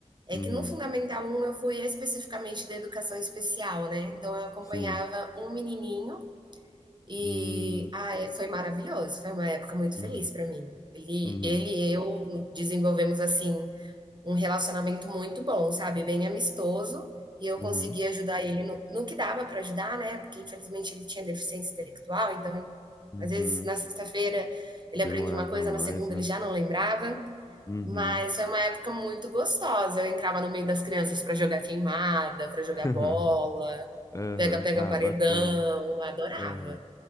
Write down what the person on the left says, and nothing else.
Uhum.
Sim.
Hum,
Uhum.
Uhum.
Uhum.
Uhum.
Demorava
mais,
né?
Uhum.
<laughs>
Aham.
Ah,
bacana.
Aham.